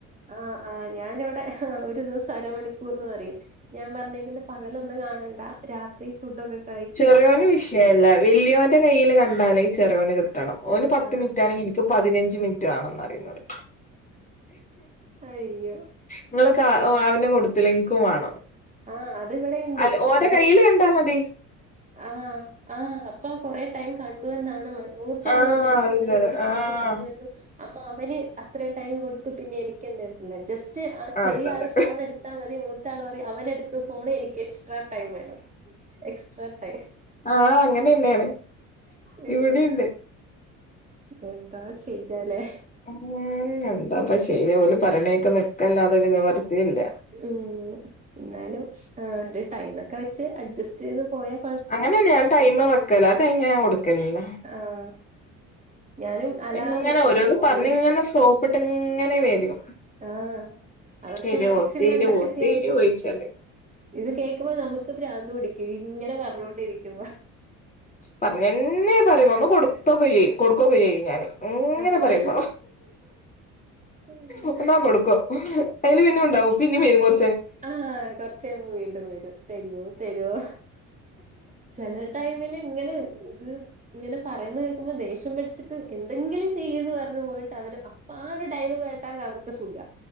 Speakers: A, on the right; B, on the left.
A: ആ ആ ഞാനിവിടെ ഒരു ദിവസം അരമണിക്കൂർന്ന് പറയും. ഞാൻ പറഞ്ഞേക്കുന്ന പകലൊന്നും കാണണ്ട രാത്രി ഫുഡൊക്കെ ക
B: ചെറിയോന് വിഷയല്ല വലിയോന്റെ കയ്യിൽ കണ്ടാലേ ചെറിയോന് കിട്ടണം ഓന് പത്ത്
A: ആഹ്
B: മിനിറ്റാണെങ്കി ഇൻ ഇന്ക്ക് പതിനഞ്ച് മിനിറ്റ് വാണന്നറിയും ഇന്നോട്
A: അയ്യോ
B: നിങ്ങൾ ക അവൻ കൊടുത്തിലെ ഇൻകും വാണം
A: ആഹ് അതിവിടെണ്ട്
B: അല്ല ഓര
A: ഒരു
B: കയ്യില് കണ്ടാ മതി
A: ആഹ് ആഹ് അപ്പ കൊറെടൈം കണ്ടു എന്നാണ് മന മൂത്ത
B: ആഹ്
A: ആൾ വിചാരിക്കുന്നത്
B: അത് ശരി
A: ഒരു കൊറേ
B: ആഹ്
A: സമയം കണ്ടു അമ്മ അവന് അത്രയും ടൈം കൊടുത്തു പിന്നെ എനിക്ക് ജസ്റ്റ് ആ
B: ആഹ്
A: ചെറിയ
B: തന്നെ
A: ആള് ഫോൺ എടുത്താൽ മതി മൂത്ത ആൾ പറയും അവന് എടുത്ത് ഫോൺ എനിക്ക് എക്സ്ട്രാ ടൈം വേണം എക്സ്ട്രാ ടൈം
B: ആഹ് അങ്ങന തന്നെയാണ്
A: ഉം
B: ഇവിടെണ്ട്
A: എന്താ ചെയ്യാലേ
B: ഉം എന്താപ ചെയ്യാ ഓൽ പറിണേക്കെ നിക്കല്ലാതൊരു നിവർത്തിയില്ല.
A: ഉം എന്നാലും ആ ഒരു ടൈമ ഒക്കെ വെച്ച് അഡ്ജസ്റ്റ് ചെയ്ത് പോയാൽ
B: അങ്ങനെന്നെ ഞാൻ ടൈം വെക്കല അത് കഴിഞ്ഞാ ഞാൻ കൊടുക്കലില്ല
A: ആഹ് ഞാനും അലാറം
B: ഇങ്ങനെ
A: വെക്കും
B: ഓരോന്ന്
A: ഫോണില്
B: പറഞ്ഞ് ഇങ്ങനെ സോപ്പിട്ട് ഇങ്ങനെ വരും.
A: ആഹ് അവർക്ക്
B: തരോ
A: മാക്സിമം
B: തരോ
A: എന്തൊക്കെ ചെയ്യാം.
B: തരോയ്ച്ചാണ്ട്
A: ഇത് കേൾക്കുമ്പോ നമുക്ക് ഭ്രാന്ത് പടിക്കും ഇങ്ങനെ പറഞ്ഞോണ്ടിരിക്കുമ്പോ
B: പറഞ്ഞെന്നെ പറിമ്പോ ഒന്ന് കൊടുത്തൊക്കെ ചെയ്യും കൊടുക്കൊക്കെ ചെയ്യും ഞാന് അങ്ങനെ
A: ആഹ്
B: പറയുമ്പോ
A: അയ്യോ
B: ഒന്നാട് കൊടുക്കും. അതില് പിന്നെ മിണ്ടാകും പിന്നെ വരും കൊറ
A: ആ കുറച്ചയ്യുമ്പോ വീണ്ടും വരും തരുവോ തരുവോ ചില ടൈമില് ഇങ്ങനെ ഇത് ഇങ്ങനെ പറയുന്നത് കേൾക്കുമ്പോ ദേഷ്യം പിടിച്ചിട്ട് എന്തെങ്കിലും ചെയ്യന്ന് പറഞ്ഞ് പോയിട്ട് അവര് അപ്പൊ ആ ഒരു ഡയലോഗ് കേട്ടാൽ അവർക്ക് സുഖ.